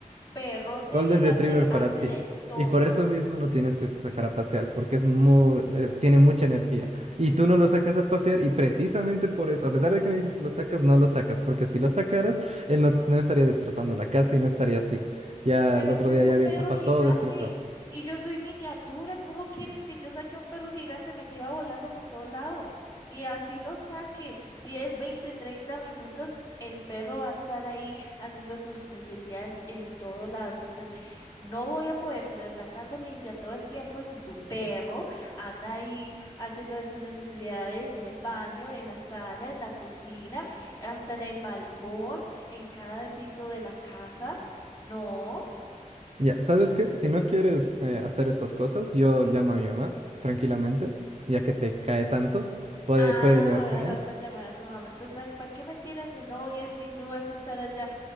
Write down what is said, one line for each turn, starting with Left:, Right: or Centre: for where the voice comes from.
Left: perrote
Right: Golden
Left: gigante
Right: Retriever
Left: hace
Right: para
Left: de
Right: ti.
Left: todo.
Right: Y por eso mismo no tienes que sacar a pasear, porque es muy, eh, tiene mucha energía. Y tú no lo sacas a pasear y precisamente por eso, a pesar de que me dices que lo sacas, no lo sacas, porque si lo sacaras, él no, no estaría destrozando la casa y no estaría así. Ya
Left: Pero
Right: el
Left: es
Right: otro
Left: que
Right: día
Left: es un
Right: ya vi
Left: perro
Right: el sofá
Left: gigante
Right: todo destrozado.
Left: y yo soy miniatura. ¿Cómo quieres que yo saque a un perro gigante? Me lleva volando por todo lado. Y así lo saque 10 20 30 minutos, el perro va a estar ahí haciendo sus necesidades en todo lado. Entonces, no voy a poder tener la casa limpia todo el tiempo si tu perro anda ahí haciendo de sus necesidades en el baño, en la sala, en la cocina, hasta en el balcón, en cada piso de la casa. No.
Right: Ya, ¿sabes qué? Si no quieres eh, hacer estas cosas, yo llamo a mi mamá tranquilamente, ya que te cae tanto, puede,
Left: Ah,
Right: puede llevarte
Left: ahora
Right: bien.
Left: vas a llamar a tu mamá. Pues, ¿para qué me tienes de novia si tú vas a estar allá,